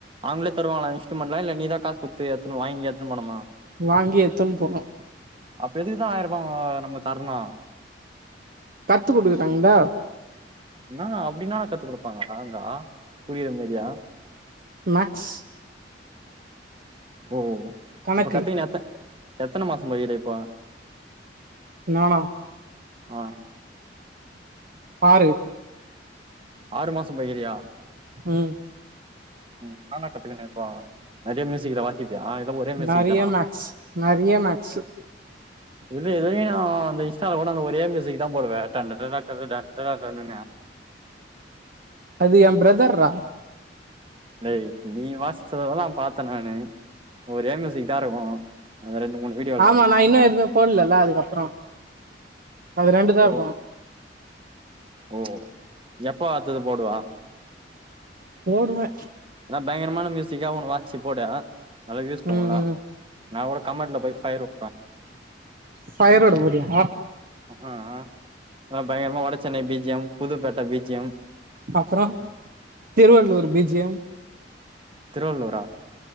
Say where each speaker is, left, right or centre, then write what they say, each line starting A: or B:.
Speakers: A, on the right; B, on the right.
A: அவுங்களே தருவாங்களா இன்ஸ்டியூமெண்ட் எல்லா இல்ல நீதா காசு குத்து எத்துனு வாங்கி எத்துனு போண்ணுமா
B: வாங்கி எத்துன் போணு
A: அப்ப எதுக்குதா ஆயிரூபா நம்ம தர்ணு
B: கத்து குடுக்கறாங்கள்ல
A: என்னா அப்டின்னா கத்து குடுப்பாங்களா அங்கா புரிற மாரியா
B: மேக்ஸ்
A: ஓ
B: கணக்கு
A: இப்ப கத்தின் எத்த எத்தன மாசம் போயிரிக்கே இப்போ
B: நானா
A: ஆ
B: ஆறு
A: ஆறு மாசோம் போய்கிறியா
B: ம்
A: ம் நானா கத்துக்கன இப்போ நறையா மியூசிக்லா வாச் சிப்பியா இதெல்லா ஒரே மியூசிக்கு
B: நெறைய
A: தானா
B: மேக்ஸ் நெறைய மேக்ஸு
A: இல்ல இதையு நா அந்த இன்ஸ்டால கூட அந்த ஒரே மியூசிக்குதாம் போடுவ <unintelligible>
B: அது எம் பிரதர்றா
A: லை நீ வாசத்தெல்லா பாத்த நானு ஒரே மியூசிக் தா இருக்கு அந்த ரெண்டு மூணு வீடியோல
B: ஆமா நா இன்னு எதுமே போட்லல்ல அதுக்கப்றோ அது ரெண்டு தா
A: ஓ
B: இருக்கு
A: ஓ எப்ப அத்தது போடுவ
B: போடுவ
A: த பயங்கரமான மியூசிக்கா ஒண்ணு வாஸ்ச்சு போடு நல்லா வியூஸ் போவுல்ல
B: ம் ம்
A: கூட நா கூட கமெண்ட்ல போய் ஃபயர் உட்ட
B: ஃபயர்உட போரியா
A: அஆ பயங்கரமா வட சென்னை பீ ஜி எம் புதுப்பேட்டை பீ ஜி எம்
B: அப்றோ திருவள்ளூர் பி ஜி எம்
A: திருவள்ளுரா